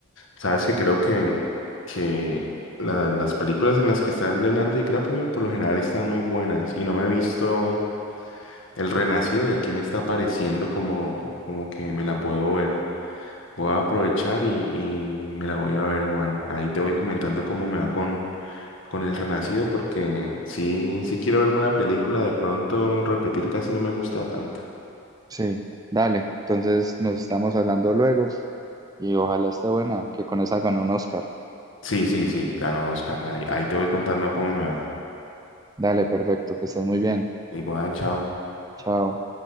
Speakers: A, on the left; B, on the right.
A: Sabes que creo que, que la- las películas en las que está Leonardo DiCaprio por lo general están muy buenas y no me he visto El Renacido y aquí me está pareciendo como, como que me la puedo ver. Voy a aprovechar y, y me la voy a ver, Juan. Ahí te voy comentando cómo me va con, con El Renacido, porque sí, sí quiero verme una película, de pronto repetir casi no me gusta tanto.
B: Sí, dale. Entonces nos estamos hablando luego y ojalá esté buena, que con esa ganó un Oscar.
A: Sí, sí, sí, ganó Oscar. Ahí, ahí te voy contando cómo me va.
B: Dale, perfecto, que estés muy bien.
A: Igual, chao.
B: Chao.